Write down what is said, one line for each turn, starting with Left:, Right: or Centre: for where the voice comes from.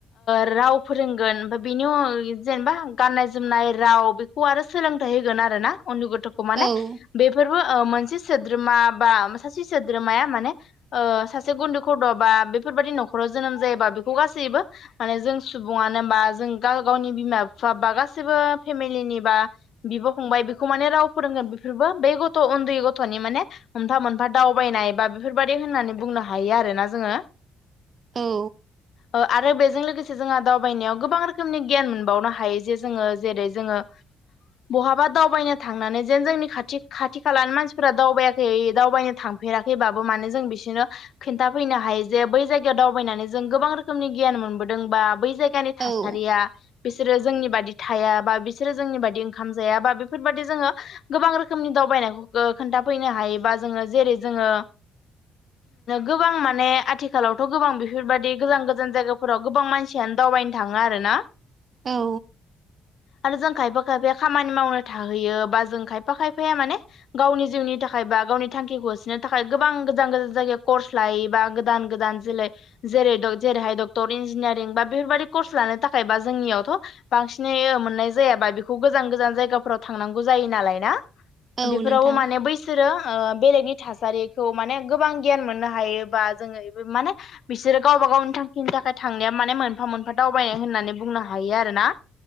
Left: राव फोरोंगोन ओमफ्राय बेनि जेनेबा गाननाय जोमनाय राव बे खौ आरो सोलोंथाइ होगोन आरोना उन्दु गथ'खौ
Right: औ
Left: माने बेफोरबो मोनसे सोद्रोमा बा सासे सोद्रोमाया माने ओ सासे गुनदै गथ' बा बेफोरबादि न'खराव जोनोम जायोबा बेखौ गासैबो माने जों सुबुङानो मा जों गाव गावनि बिमा बिफा बा गासैबो फेमिलिनि बा बिब' फंबाय बेखौ माने राव फोरोंगोन बेफोरबो बे गथ' उन्दै गथ'नि माने। मोनफा मोनफा दावबायनाय बा बेफोरबादि होननानै बुंनो हायो आरोना जोङो।
Right: औ
Left: ओ आरो बेजों लोगोसे जोंहा दावबायनायाव गोबां रोखोमनि गियान मोनबावनो हायो जे जोङो जेरै जोङो। बहाबा दावबायनो थांनानै। जेन जोंनि खाथि खाथि खालानि मानसिफोरा दावबायाखै दावबायनो थांफेराखैबाबो माने जों बिसोरनो खिन्थाफैनो हायो जे बै जायगायाव दावबायनानै जों गोबां रोखोमनि गियान मोनबोदों बा बै जाय खानि थासारिया
Right: औ
Left: बिसोरो जोंनि बादि थाया बा बिसोरो जोंनि बादि ओंखाम जाया बा बेफोरबादि जोङो गोबां रोखोमनि दावबायनायखौ खोन्थाफैनो हायोबा जोङो जेरै जोङो गोबां माने आथिखालावथ' गोबां बेफोरबायदि गोजान गोजान जायगाफोराव गोबां मानसि सियानो दावबायनो थाङा आरोना
Right: औ
Left: आरो जों खायफा खायफाया खामानि मावनो थाहैयो बा जों खायफा खायफाया माने गावनि जिउनि थाखाय बा गावनि थांखिखौ होसोनो थाखाय गोबां गोजान गोजान जायगायाव कर्स लायो बा गोदान गोदान जोले जेरै जेरैहाय डक्टर इन्जिनियारिं बा बेफोरबादि कर्स लानो थाखायबा जोंनियावथ' बांसिनै मोननाय जाया बा बेखौ गोजान गोजान जायगाफोराव थांनांगौ जायो नालाय ना
Right: औ
Left: बेफोरावबो
Right: नोंथां
Left: माने बैस सोरो बेलेगनि थासारिखौ माने गोबां गियान मोननो हायोबा जोङो माने बिसोरो गावबा गावनि थांखिनि थाखाय थांनाया माने मोनफा मोनफा दावबायनाय होननानै बुंनो हायो आरोना